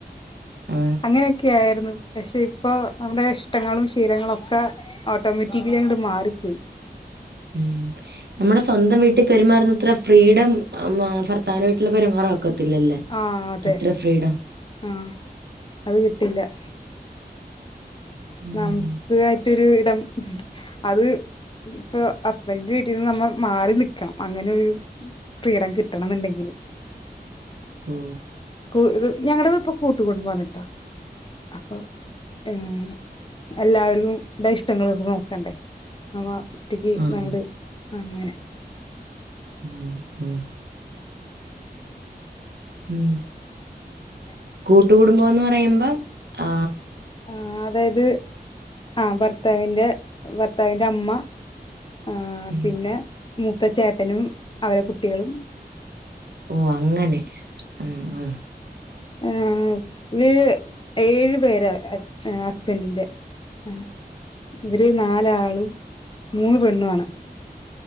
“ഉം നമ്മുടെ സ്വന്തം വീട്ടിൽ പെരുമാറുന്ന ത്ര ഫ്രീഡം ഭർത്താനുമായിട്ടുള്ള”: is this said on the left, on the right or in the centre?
Right